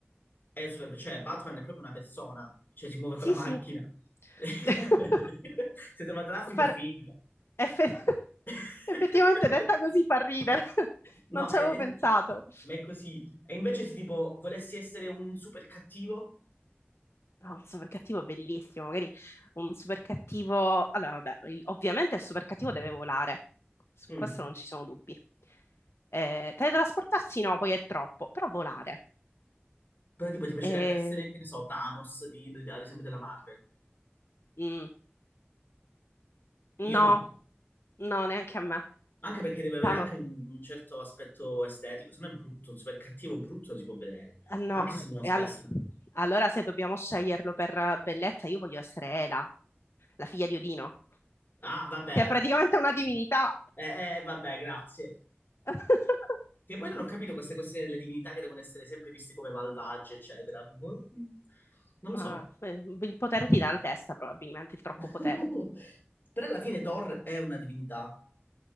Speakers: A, on the left; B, on the left.
A: è un super, cioè Batman è proprio una persona, cioè si muove con
B: sì,
A: la macchina.
B: sì.
A: <laughs>
B: <laughs>
A: Se trova traffico
B: Far-
A: è finita.
B: effe- <laughs>
A: <laughs>
B: Effettivamente detta così fa ridere, <laughs>
A: No,
B: non ci
A: è,
B: avevo
A: è-
B: pensato.
A: ma è così. E invece se tipo volessi essere un super cattivo,
B: Ah, un super cattivo bellissimo, magari un super cattivo. Allora, vabbè, il- ovviamente il super cattivo deve volare, su
A: mm,
B: questo non ci sono dubbi. Eh, teletrasportarsi no, poi è troppo, però volare.
A: però tipo ti piacerebbe
B: Eh,
A: essere, che ne so, Thanos di, di- ad esempio della Marvel.
B: mm, no,
A: Io no.
B: no, neanche a me.
A: Anche perché deve avere
B: Tano-
A: anche un un certo aspetto estetico, se no è brutto, super cattivo, brutto non si può vedere,
B: eh, no,
A: anche se non
B: e
A: spesso
B: all-
A: è brutto.
B: allora se dobbiamo sceglierlo per bellezza, io voglio essere Ela, la figlia di Odino,
A: Ah, vabbè,
B: che è praticamente una divinità.
A: eh, eh, vabbè, grazie.
B: <laughs>
A: Che poi non ho capito queste questioni delle divinità che devono essere sempre viste come malvagie, eccetera. Boh, Non lo
B: ma
A: so.
B: eh, il potere ti dà la testa, probabilmente, il troppo
A: <laughs>
B: potere.
A: Però alla fine Thor è una divinità.